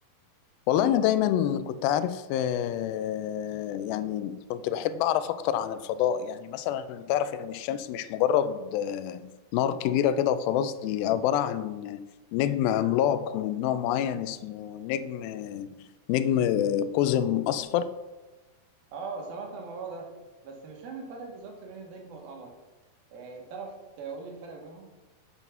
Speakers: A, on the left (about 85°); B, on the right (about 75°).
A: والله أنا دايما كنت عارف آه، يعني كنت بحب أعرف أكتر عن الفضاء يعني مثلا تعرف إن الشمس مش مجرد آه، نار كبيرة كده وخلاص دي عبارة عن نجم عملاق من نوع معين اسمه نجم نجم قزم أصفر
B: اه سمعت عن الموضوع ده بس مش فاهم الفرق بالظبط بين النجم والقمر يعني تعرف تقول لي الفرق ما بينهم؟